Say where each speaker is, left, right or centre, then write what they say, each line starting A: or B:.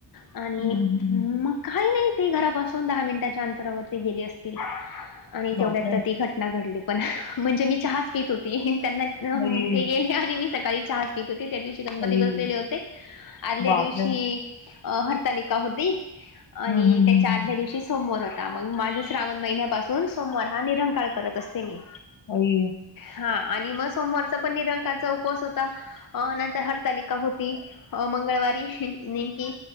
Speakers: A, on the left; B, on the left.
A: आणि
B: हं, हं.
A: मग काही नाही. ती घरापासून दहा मिनटाच्या अंतरावरती गेली असतील आणि
B: बापरे!
A: तेवढ्यात तर ती घटना घडली. पण म्हणजे मी चहाच पित होती त्यांना
B: आई,
A: ते गेले आणि मी सकाळी चहाच पित होते त्या दिवशी. गणपती
B: आई,
A: बसलेले होते आदल्या
B: बापरे!
A: दिवशी हरतालिका होती. आणि
B: हं, हं, हं,
A: त्याच्या आदल्या
B: हं.
A: दिवशी. सोमवार होता मग माझ श्रावण महिन्यापासून सोमवार हा निरंकाळ करत असते मी.
B: होई.
A: हा आणि मग सोमवारचा पण निरंकाचा उपवास होता. अ नंतर हरतालिका होती मंगळवारी नेमकी.